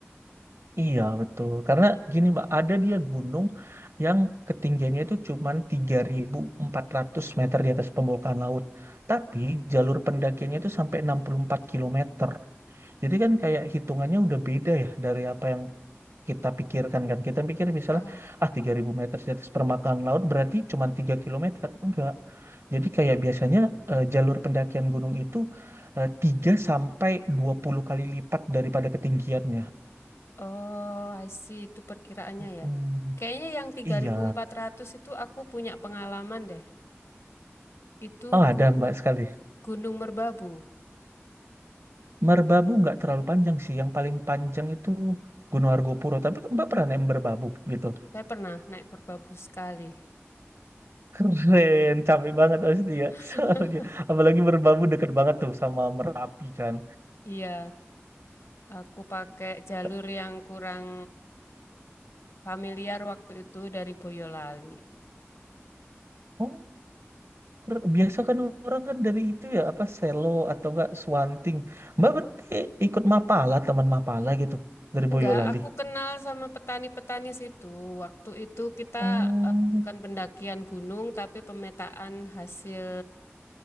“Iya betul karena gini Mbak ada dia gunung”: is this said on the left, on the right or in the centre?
Right